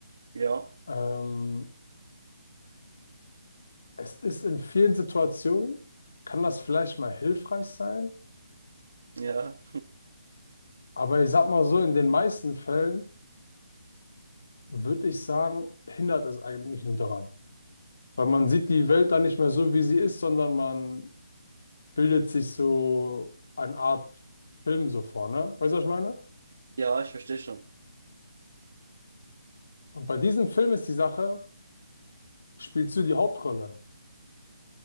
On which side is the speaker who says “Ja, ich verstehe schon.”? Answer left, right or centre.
Right